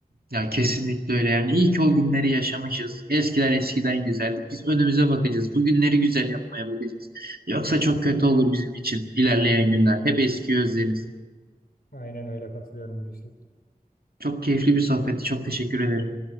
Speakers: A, on the right; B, on the left.
A: Ya kesinlikle öyle yani. İyi ki o günleri yaşamışız. Eskiler eskiden güzeldi. Biz önümüze bakacağız. Bu günleri güzel yapmaya bakacağız. Yoksa çok kötü olur bizim için ilerleyen günler. Hep eskiyi özleriz.
B: Aynen öyle katılıyorum Hulusi.
A: Çok keyifli bir sohbetti. Çok teşekkür ederim.